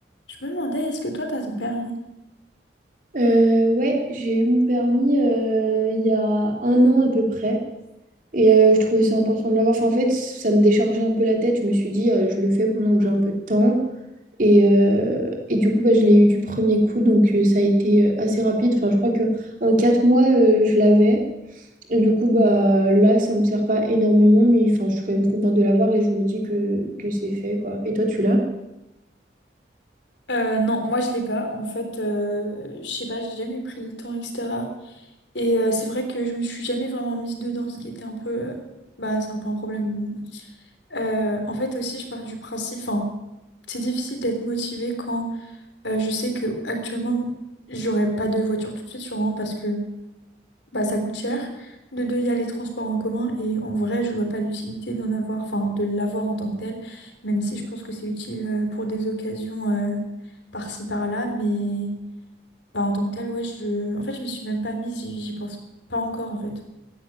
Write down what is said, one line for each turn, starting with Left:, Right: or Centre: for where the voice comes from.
Left: Je me demandais, est-ce que toi, t'as ton permis?
Right: Euh, ouais, j'ai eu mon permis euh, il y a un an à peu près. Et euh, je trouvais ça important de l'avoir. Enfin, en fait, ça me déchargeait un peu la tête. Je me suis dit, euh, je le fais pendant que j'ai un peu de temps. Et, euh, et du coup, bah, je l'ai eu du premier coup. Donc, euh, ça a été euh, assez rapide. Enfin, je crois que en quatre mois, euh, je l'avais. Et du coup, bah, là, ça me sert pas énormément. Mais enfin, je suis quand même contente de l'avoir et je me dis que, que c'est fait, quoi. Et toi, tu l'as?
Left: Euh, non, moi je l'ai pas. En fait, euh, je sais pas, j'ai jamais pris le temps, etc. Et euh, c'est vrai que je me suis jamais vraiment mise dedans, ce qui était un peu, euh, bah, c'est un peu un problème. Euh, en fait aussi, je pars du principe, enfin, c'est difficile d'être motivée quand euh, je sais que actuellement j'aurai pas de voiture tout de suite, sûrement parce que Bah, ça coûte cher. De deux, il y a les transports en commun et en vrai, je vois pas l'utilité d'en avoir, enfin de l'avoir en tant que tel, même si je pense que c'est utile euh, pour des occasions euh, par-ci par-là, mais bah, en tant que tel, ouais, je... en fait, je m'y suis même pas mise, j'y j'y pense pas encore en fait.